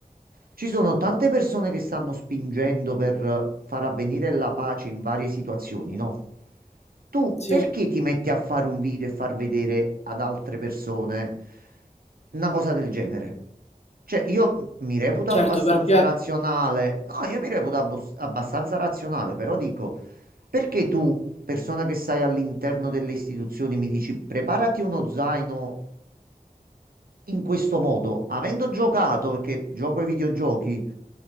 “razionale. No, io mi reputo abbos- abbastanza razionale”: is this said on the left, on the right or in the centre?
Right